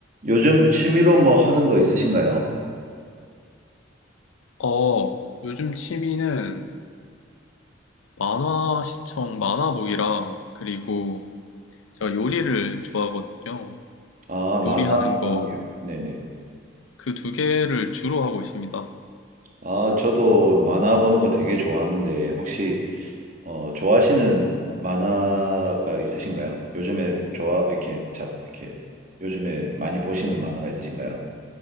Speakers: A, on the right; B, on the left.
A: 요즘 취미로 뭐 하는 거 있으신가요?
B: 어, 요즘 취미는 만화 시청, 만화 보기랑 그리고 제가 요리를 좋아하거든요.
A: 아, 만화랑,
B: 요리하는 거,
A: 요- 네네.
B: 그 두 개를 주로 하고 있습니다.
A: 아, 저도 만화 보는 거 되게 좋아하는데, 혹시, 어, 좋아하시는 만화가 있으신가요? 요즘에 좋아, 이렇게, 자, 이렇게, 요즘에 많이 보시는 만화가 있으신가요?